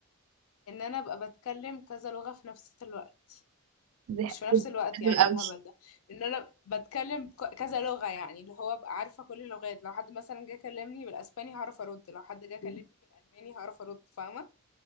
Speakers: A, on the left; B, on the right.
A: إن أنا أبقى بتكلم كذا لغة في نفس الوقت
B: دي
A: مش
B: حاجة
A: في نفس الوقت
B: حلوة
A: يعني ايه
B: قوي
A: الهبل ده ان انا بتكلم ك- كذا لغة يعني اللي هو ابقى عارفة كل اللغات لو حد مثلا جه كلمني بالاسباني هعرف ارد لو حد جه كلمني بالالماني هعرف ارد فاهمة